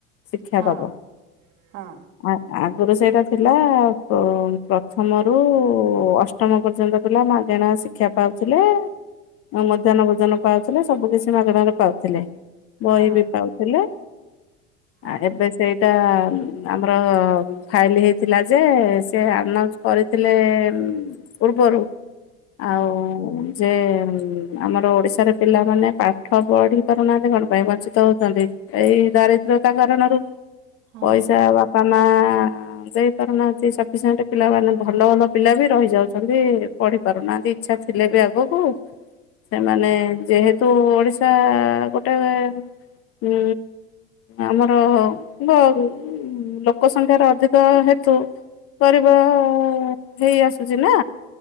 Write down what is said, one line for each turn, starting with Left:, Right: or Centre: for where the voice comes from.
Left: ଶିକ୍ଷା
Right: ହଁ
Left: ଦବ।
Right: ହଁ।
Left: ଆ ଆଗରୁ ସେଇଟା ଥିଲା ଆ ପ୍ରଥମରୁ ଅଷ୍ଟ ଅଷ୍ଟମ ପର୍ଯ୍ୟନ୍ତ ପିଲା ମାଗେଣା ଶିକ୍ଷା ପାଉଥିଲେ ମଧ୍ୟାହ୍ନ ଭୋଜନ ପାଉଥିଲେ ସବୁ କିଛି ମାଗଣାରେ ପାଉଥିଲେ ବହିବି
Right: ହଁ
Left: ପାଉଥିଲେ
Right: ହଁ
Left: ଆ ଏବେ ସେଇଟା ଆ ଆମର-ଅ ଫାଇଲ୍ ହେଇଥିଲା ଯେ, ସେ ଆନଉନ୍ସ କରିଥିଲେ-ଏ ପୂର୍ବରୁ
Right: ହଁ
Left: ଆଉ ଉଃ ଯେ ଆମର ଓଡିଶାରେ ପିଲାମାନେ ପା ପାଠ ପଢି ପାରୁନାହାନ୍ତି କଣ ପାଇଁ ବଞ୍ଚିତ ହଉଚନ୍ତି ଏଇ ଦାରିଦ୍ର୍ୟତା କାରଣରୁ।
Right: ହଁ
Left: ପଇସା ବାପା ମା ଆ ଦେଇ ପାରୁନାହାନ୍ତି ସଫିସିଣ୍ଟ ପିଲା ମାନେ ଭଲ ଭଲ ପିଲାବି ରହି ଯାଉଚନ୍ତି ପଢି ପାରୁନାହାନ୍ତି ଇଚ୍ଛା ଥିଲେବି ଆଗକୁ ସେମାନେ ଯେହେତୁ ଉଃ ଓଡିଶା <unintelligible> ଟ ଉଃ ଆମର। <unintelligible> ହୁଁ ଲୋକ ସଂଖ୍ୟାର ଅଧିକ ହେତୁ ପରିବା-ଅ ହେଇ ଆସୁଚିନା